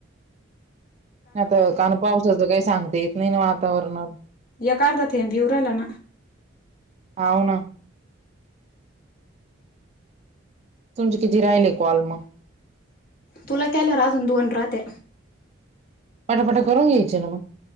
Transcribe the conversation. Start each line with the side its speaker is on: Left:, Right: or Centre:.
Right: आता काण पावसाचं काही सांगता येत नाही ना वातावरणा
Left: एका अर्धा थेंब बि येऊ राहिला ना.
Right: हाव ना तुमचे किती राहिले कॉल मग?
Left: तुला केल्यावर अजून दोन राहाते.
Right: पटा पटा करून घ्यायचे ना मग.